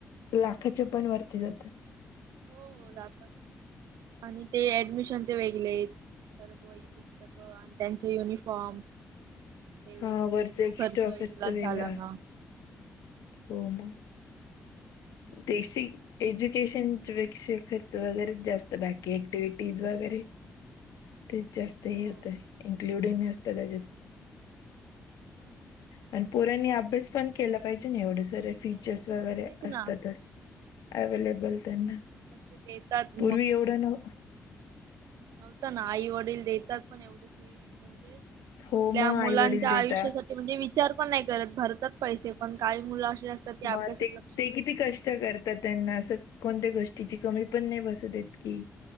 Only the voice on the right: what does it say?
हो हो <inaudible> जातात आणि ते ऍडमिशन. वेगळे परत वई पुस्तकं आणि त्यांच युनिफॉर्म. ते वेगळे
तो
खर्च वेगळाच
झाला ना.
हो
<inaudible>
हो
तेच
ना
कसे देतात
नव्हत ना आई वडील देतात पण एवढं की म्हणजे
आपल्या
मुलांच्या
आयुष्यासाठी. ते म्हणजे विचार पण नाही करत भरतात पैसे पण काही मुलं असे असतात. ते अभ्यासात
लक्ष